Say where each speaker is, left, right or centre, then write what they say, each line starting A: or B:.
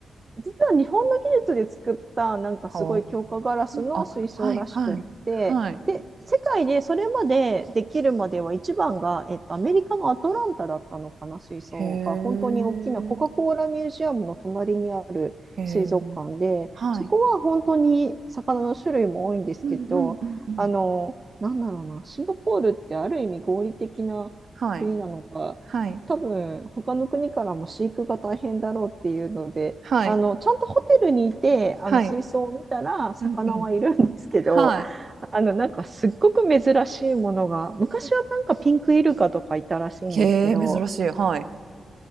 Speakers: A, on the right (about 35°); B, on the right (about 70°).
A: 実は日本の技術で作ったなんかすごい強化ガラスの水槽らしくってで世界でそれまでできるまでは一番が、
B: はあ。あ、はいはい。はい。
A: えっと、アメリカのアトランタだったのかな水槽が本当に大きなコカ・
B: へえ。
A: コーラミュージアムの隣にある水族館でそこは本当に魚の種類も多いんですけどあのなんだろうなシンガポールってある意味合理的な国なのか多分他の国からも飼育が大変だろうっていうので。
B: へえ。はい。うんうんうんうん。はい。はい。はい。
A: あのちゃんとホテルにいてあの水槽を見たら魚はいるんですけど
B: はい。うんうん。はい。
A: あのなんかすっごく珍しいものが昔はなんかピンクイルカとかいたらしいんですけど
B: へえ、珍しい。はい。